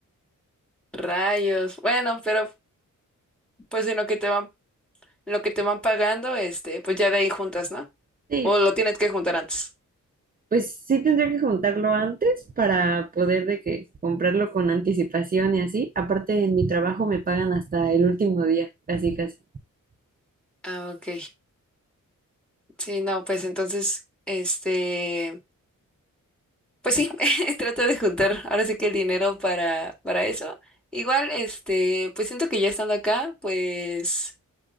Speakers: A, in the centre; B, on the right.
A: rayos. Bueno, pero pues en lo que te van, en lo que te van pagando, este, pues ya de ahí juntas, ¿no?
B: Sí,
A: O lo tienes que juntar antes.
B: pues sí tendría que juntarlo antes para poder de que comprarlo con anticipación y así. Aparte, en mi trabajo me pagan hasta el último día, casi casi.
A: Ah, ok. Sí, no, pues entonces, este, pues sí, <laughs> trata de juntar ahora sí que el dinero para, para eso. Igual, este, pues siento que ya estando acá, pues